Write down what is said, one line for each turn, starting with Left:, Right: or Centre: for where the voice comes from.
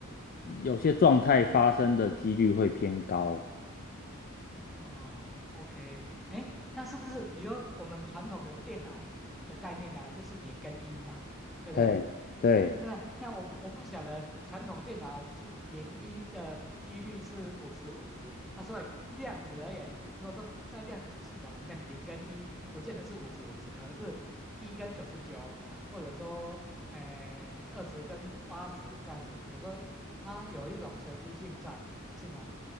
Left: 有些状态发生的几率会偏高。
Centre: 哦，OK，哎，那是不是比如说我们传统的电脑的概念呢、啊就是零跟一嘛，对不对？
Left: 嘿，对，
Centre: 那那我不我不是晓得传统电脑是零一的几率是五十五十啊，所以量子而言，如果说在量子系统里面，零跟一不见得是五十五十，可能是一跟九十九啊，或者说呃二十跟八十这样子，等于说它有一种随机性在，是吗？